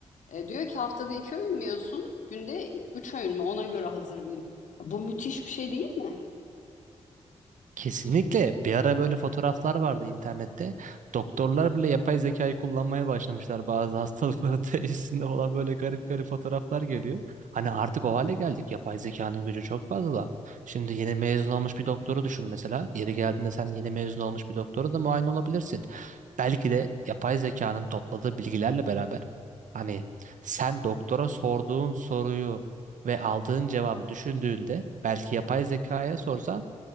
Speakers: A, on the left; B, on the right.
A: E, diyor ki haftada iki öğün mü yiyorsun? Günde üç öğün mü? Ona göre hazırlayayım. Bu müthiş bir şey değil mi?
B: Kesinlikle bir ara böyle fotoğraflar vardı internette. Doktorlar bile yapay zekayı kullanmaya başlamışlar bazı hastalıkların <laughs> teşhisinde olan böyle garip garip fotoğraflar geliyor. Hani artık o hale geldik. Yapay zekanın gücü çok fazla. Şimdi yeni mezun olmuş bir doktoru düşün mesela. Yeri geldiğinde sen yeni mezun olmuş bir doktora da muayene olabilirsin. Belki de yapay zekanın topladığı bilgilerle beraber hani sen doktora sorduğun soruyu ve aldığın cevabı düşündüğünde belki yapay zekaya sorsan